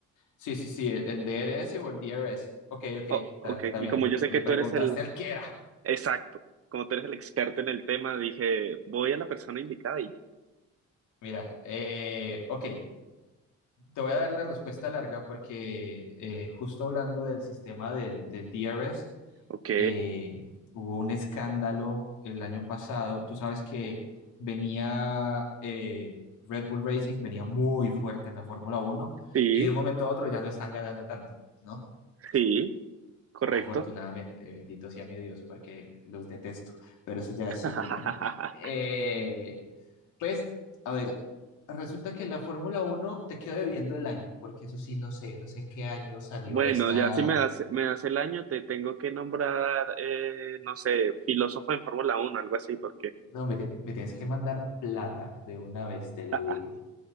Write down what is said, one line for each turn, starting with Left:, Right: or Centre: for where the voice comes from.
Left: Sí, sí, sí, el, el DRS o el DRS. Ok, ok,
Right: Oh,
Left: está
Right: ok,
Left: está
Right: y
Left: bien,
Right: como
Left: le,
Right: yo
Left: pre-
Right: sé
Left: le
Right: que
Left: preguntaste
Right: tú eres el
Left: al que era.
Right: Exacto. Como tú eres el experto en el tema, dije, voy a la persona indicada y ya.
Left: Mira, eh, ok, te voy a dar la respuesta larga porque eh, justo hablando del sistema del, del DRS,
Right: Ok,
Left: eh, hubo un escándalo el año pasado. Tú sabes que venía eh, Red Bull Racing, venía muy fuerte en la Fórmula Uno
Right: sí,
Left: y de un momento a otro ya no están ganando tanto, ¿no?
Right: sí, correcto.
Left: Afortunadamente, bendito sea mi Dios, porque los detesto, pero eso ya
Right: <laughs>
Left: es otro tema. Eh, pues, a ver, resulta que en la Fórmula Uno te quedo debiendo el año, porque eso sí, no sé, no sé en qué año salió
Right: Bueno,
Left: esta
Right: ya si me das, me das el año, te tengo que nombrar, eh, no sé, filósofo en Fórmula uno, algo así, porque
Left: No, me, tie- me tienes que mandar plata de una vez, te lo
Right: <laughs>
Left: digo.